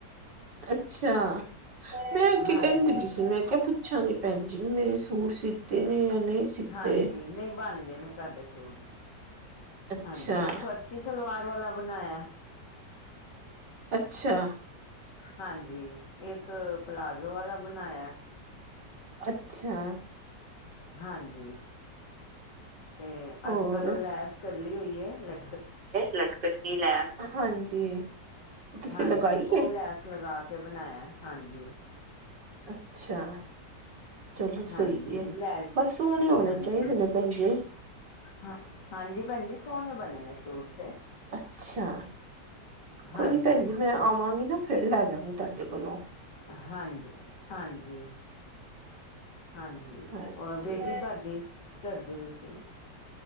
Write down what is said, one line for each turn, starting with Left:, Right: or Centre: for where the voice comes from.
Right: ਅੱਛਾ, ਮੈਂ ਅੱਗੇ
Left: ਹਾਂਜੀ
Right: ਕਹਿੰਦੀ ਪਈ ਸੀ। ਮੈਂ ਕਿਹਾ ਪੁ ਪੁੱਛਾਗੀ ਭੈਣ ਜੀ ਨੂੰ ਮੇਰੇ ਸੂਟ ਸੀਤੇ
Left: ਹਾਂ,
Right: ਨੇ ਜਾਂ ਨਹੀਂ ਸੀਤੇ
Left: ਹਾਂਜੀ ਨਹੀਂ ਬਣ ਗਏ ਨੇ ਤੁਹਾਡੇ ਸੂਟ।
Right: ਅੱਛਾ
Left: ਹਾਂਜੀ, ਇੱਕ ਫਰਸੀ ਸਲਵਾਰ ਵਾਲਾ ਬਣਾਇਆ।
Right: ਅੱਛਾ।
Left: ਹਾਂਜੀ, ਇੱਕ ਪਲਾਜ਼ੋ ਵਾਲਾ ਬਣਾਇਆ।
Right: ਅੱਛਾ।
Left: ਹਾਂਜੀ, ਤੇ
Right: ਹੋਰ
Left: ਅੱਜ- ਕੱਲ ਉਹ ਲੈਸ ਚੱਲੀ ਹੋਈ ਹੈ ਲ
Right: ਲਟਕੱਟੀ ਲੈਸ, ਹਾਂਜੀ। ਤੁਸੀਂ
Left: ਹਾਂਜੀ,
Right: ਲਗਾਈ
Left: ਉਹ
Right: ਹੈ
Left: ਲੈਸ ਲਗਾ ਕੇ ਬਣਾਇਆ ਹਾਂਜੀ।
Right: ਅੱਛਾ। ਚਲੋ ਸਹੀ
Left: ਹਾਂਜੀ
Right: ਹੈ,
Left: ਲੈ
Right: ਬਸ ਸੋਹਣੇ
Left: ਜਾ ਕੇ
Right: ਹੋਣੇ
Left: ਹਾਂਜੀ
Right: ਚਾਹੀਦੇ ਨੇ ਲਟਕਣ ਜੇ
Left: ਹਾਂ, ਹਾਂਜੀ ਭੈਣਜੀ ਸੋਹਣੇ ਬਣੇ ਨੇ ਸੂਟ ਤੇ
Right: ਅੱਛਾ, ਕੋਈ
Left: ਹਾਂਜੀ
Right: ਨੀ ਭੈਣ ਜੀ ਮੈਂ ਆਵਾਂਗੀ ਨਾ ਫਿਰ ਲੈ ਜਵਾਂਗੀ ਤੁਹਾਡੇ ਕੋਲੋਂ।
Left: ਹਾਂਜੀ-ਹਾਂਜੀ। ਹਾਂਜੀ
Right: ਹਾਂਜੀ
Left: ਔਰ ਬੇਟੀ ਤੁਹਾਡੀ ਘਰ ਦੀ ਵੀ ਸੀ।